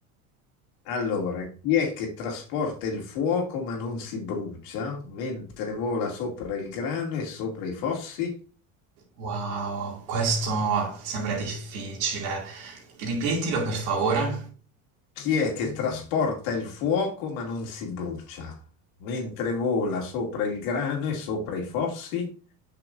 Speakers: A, on the left (about 75°); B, on the right (about 80°).
A: Allora, chi è che trasporta il fuoco ma non si brucia, mentre vola sopra il grano e sopra i fossi?
B: Wow, questo sembra difficile. Ripetilo per favore.
A: Chi è che trasporta il fuoco ma non si brucia, mentre vola sopra il grano e sopra i fossi?